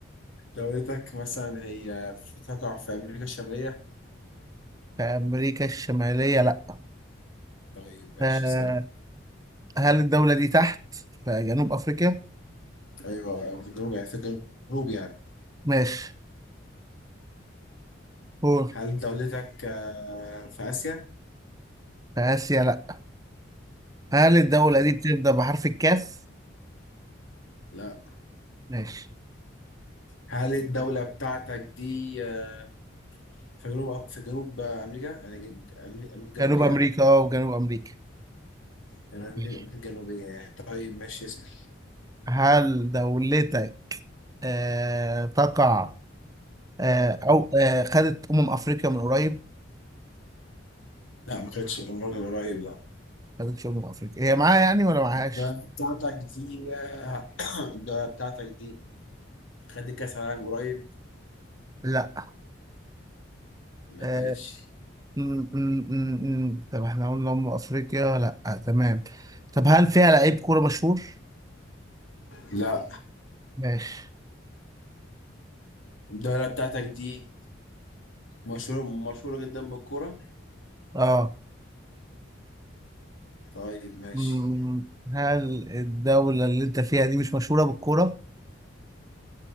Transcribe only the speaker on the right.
في أمريكا الشمالية لأ
آه
هل الدولة دي تحت في جنوب أفريقيا؟
ماشي قول
في آسيا لأ هل الدولة
دي بتبدأ بحرف الكاف؟
ماشي
جنوب أمريكا أه وجنوب أمريكا
ماشي
هل دولتك آه تقع آه أو آه خدت أمم أفريقيا من قريب؟
خدتش أمم أفريقيا هي معاها يعني ولا معاهاش؟
لأ
آه، مم، مم، مم، مم. طب احنا قلنا أم أفريقيا لأ تمام طب هل فيها لعيب كورة مشهور؟
ماشي
اه
مم، هل الدولة اللي انت فيها دي مش مشهورة بالكورة؟